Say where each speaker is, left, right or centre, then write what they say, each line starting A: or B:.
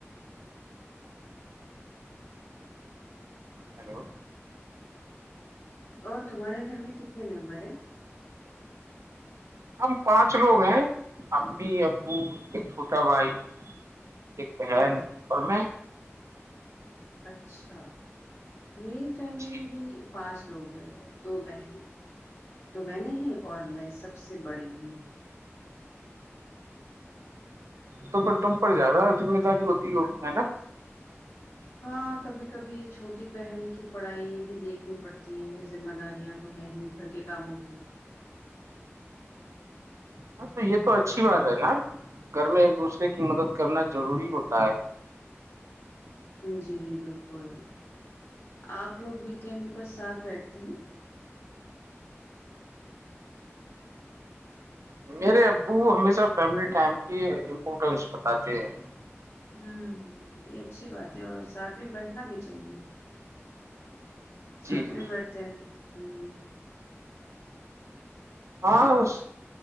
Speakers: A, on the right (about 85°); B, on the left (about 60°).
A: ہیلو
B: اور تمہارے گھر میں کتنے ممبر ہیں
A: ہم پانچ لوگ ہیں امی ابو ایک چھوٹا بھائی ایک بہن اور میں
B: اچھا میری فیملی
A: جی
B: میں بھی پانچ لوگ ہیں دو بہن دو بہنے ہیں اور میں سب سے بڑی ہوں
A: تو پھر تم پر زیادہ ذمہ داری ہوتی ہوگی ہے نا
B: ہاں کبھی کبھی چھوٹی بہن کی پڑھائی بھی دیکھنی پڑتی ہے ذمہ داریاں تو ہیں ہی گھر کے کاموں کی
A: ہاں تو یہ تو اچھی بات ہے نا گھر میں ایک دوسرے کی مدد کرنا ضروری ہوتا ہے
B: جی بالکل اپ لوگ ویکینڈ پر ساتھ بیٹھتے ہیں
A: میرے ابو ہمیشہ فیملی ٹائم کی امپورٹینس بتاتے ہیں
B: ہم یہ اچھی بات ہے اور ساتھ میں بیٹھنا بھی چاہیے ساتھ
A: جی جی
B: میں بیٹھتے ہیں ہوں
A: ہاں اس